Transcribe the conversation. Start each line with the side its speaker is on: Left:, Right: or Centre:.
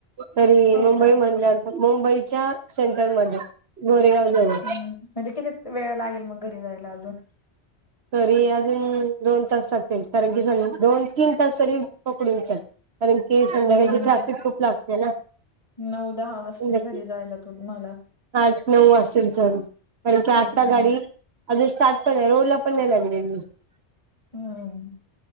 Right: तरी
Left: हो
Right: मुंबई
Left: का
Right: म्हनल्यावर पण मुंबईच्या सेंटरमध्ये गोरेगाव जवळ
Left: हम्म म्हणजे कितीक वेळ लागेल मग घरी जायला अजून?
Right: तरी अजून दोन तास लागतील. कारण की सांग दोन तीन तास तरी पकडून चल. कारण की संध्याकाळची
Left: हम्म
Right: ट्रॅफिक खूप लागते ना?
Left: नऊ दहा वाजतील
Right: संध्या
Left: घरीजायला तुन मला.
Right: आठ नऊ वाजतीन तरी कारण की आत्ता
Left: हम्म
Right: गाडी अजून स्टार्ट पण जा नाइ रोडला पण नाई लागलेली.
Left: हम्म